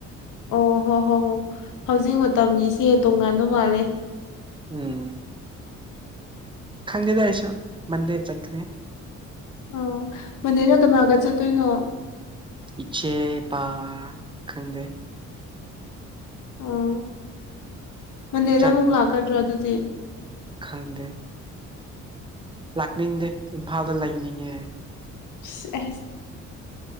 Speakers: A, on the left (about 80°); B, on the right (about 15°).
A: ꯑꯣ ꯍꯣ ꯍꯣ ꯍꯣ ꯍꯧꯖꯤꯛ ꯃꯇꯝꯒꯤꯁꯦ ꯇꯣꯉꯥꯟꯕ ꯃꯥꯜꯂꯦ
B: ꯎꯝ ꯈꯪꯗꯦꯗ ꯑꯩꯁꯨ ꯃꯟꯗꯦ ꯆꯠꯀꯅꯤ
A: ꯑꯣ ꯃꯟꯗꯦꯗ ꯀꯅꯥꯒ ꯆꯠꯇꯣꯏꯅꯣ
B: ꯏꯆꯦ ꯄꯥ ꯈꯪꯗꯦ
A: ꯑꯣ ꯃꯟꯗꯦꯗ
B: ꯆꯠ
A: ꯑꯃꯨꯛ ꯂꯥꯛꯀꯗ꯭ꯔꯥ ꯑꯗꯨꯗꯤ
B: ꯈꯪꯗꯦ ꯂꯥꯛꯅꯤꯡꯗꯦ ꯏꯝꯐꯥꯜꯗ ꯂꯩꯅꯤꯡꯉꯦ
A: ꯏꯁ ꯑꯦꯁ